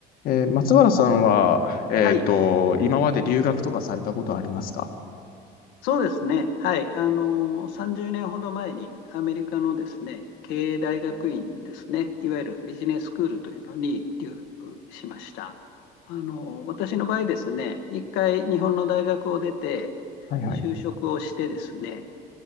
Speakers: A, on the left; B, on the left.
A: えー松原さんは、えっと、
B: はい、
A: 今まで留学とかされたことありますか
B: そうですね。はい、あのー、30年ほど前にアメリカのですね、経営大学院ですね、いわゆるビジネススクールというのに留学しました。あのー、私の場合ですね、一回日本の大学を出て、
A: はいはい。
B: 就職をしてですね、